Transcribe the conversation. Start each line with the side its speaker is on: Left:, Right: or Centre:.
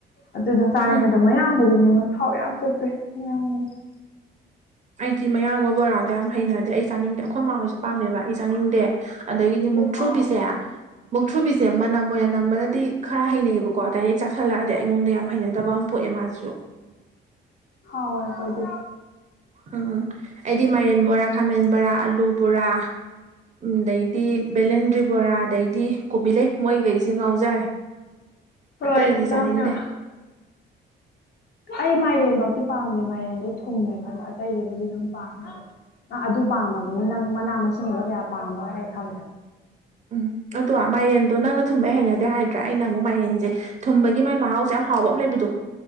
Left: ꯑꯗꯨ ꯑꯗꯨꯝ ꯆꯥꯅꯤꯡꯉꯦ
Right: ꯎꯝ
Left: ꯑꯗꯣ ꯃꯌꯥꯡꯕꯗꯨꯅꯦ ꯊꯥꯎ ꯌꯥꯝ ꯆꯞꯄ꯭ꯔꯦ ꯃꯌꯥꯝꯒꯤꯁ
Right: ꯑꯩꯗꯤ ꯃꯌꯥꯡꯂꯕ ꯕꯣꯔꯥꯗ ꯌꯥꯝ ꯍꯩꯅꯗꯦ ꯑꯩ ꯆꯥꯅꯤꯡꯗꯦ ꯑꯩꯈꯣꯏ ꯃꯃꯥꯡꯣꯏꯁꯨ ꯄꯥꯝꯃꯦꯕ ꯑꯩ ꯆꯥꯅꯤꯡꯗꯦ ꯑꯗꯒꯤꯗꯤ ꯃꯨꯛ ꯊ꯭ꯔꯨꯕꯤꯁꯦ
Left: ꯍꯥꯎꯋꯦ
Right: ꯃꯨꯛ ꯊ꯭ꯔꯨꯕꯤꯁꯦ ꯃꯅꯝ ꯑꯣꯏꯅ ꯅꯝꯕꯅꯗꯤ ꯈꯔ ꯍꯩꯅꯩꯌꯦꯕꯀꯣ ꯗꯥꯏꯔꯦꯛ ꯆꯥꯥꯁꯜꯂꯛꯑꯗꯤ ꯑꯗꯤ ꯑꯩꯉꯣꯟꯗ ꯌꯥꯝ ꯍꯩꯅꯗꯕ ꯑꯃ ꯄꯣꯛꯑꯦ ꯃꯥꯁꯨ
Left: ꯍꯥꯎꯋꯦ ꯑꯩꯈꯣꯏꯗꯤ
Right: ꯎꯝ ꯑꯩꯗꯤ ꯃꯥꯏꯔꯦꯟ ꯕꯣꯔꯥ ꯈꯥꯃꯦꯟ ꯕꯣꯔꯥ ꯗꯨꯕ꯭ꯔꯥ ꯎꯗꯩꯗꯤ ꯕꯦꯂꯦꯟꯗ꯭ꯔꯤ ꯕꯣꯔꯥ ꯑꯗꯩꯗꯤ ꯀꯣꯕꯤ ꯂꯩꯩ ꯃꯣꯏꯈꯩꯁꯦ ꯉꯥꯎꯖꯔꯦ
Left: ꯍꯣꯏ
Right: ꯑꯇꯩꯗꯤ ꯆꯥꯅꯤꯡꯗꯦ
Left: ꯂꯥꯛꯅ ꯑꯩ ꯃꯥꯏꯔꯦꯟꯐꯧꯗꯤꯤ ꯄꯥꯝꯗꯦ ꯃꯥꯏꯔꯦꯟꯗ ꯊꯨꯡꯃꯦꯕ ꯑꯗꯣ ꯑꯇꯩꯗꯨꯕꯨꯗꯤ ꯑꯗꯨꯝ ꯄꯥꯝꯃꯦ ꯑꯗꯨ ꯑꯥ ꯑꯗꯨ ꯄꯥꯝꯃꯕꯅꯤ ꯅꯪ ꯃꯅꯥ ꯃꯁꯤꯡꯗꯣ ꯀꯌꯥ ꯄꯥꯝꯃ ꯑꯩ ꯈꯪꯗꯦ
Right: ꯎꯝ ꯑꯗꯣ ꯃꯥꯏꯔꯦꯟꯗꯣ ꯅꯪꯅ ꯊꯨꯝꯕ ꯍꯩꯅꯗꯦ ꯍꯥꯏꯗ꯭ꯔꯥ ꯑꯩꯅ ꯑꯃꯨꯛ ꯃꯥꯏꯔꯦꯟꯁꯦ ꯊꯨꯝꯕꯒꯤ ꯃꯥꯏ ꯃꯍꯥꯎꯁꯦ ꯌꯥꯝ ꯍꯥꯎꯕ ꯑꯃ ꯂꯩꯕꯗꯣ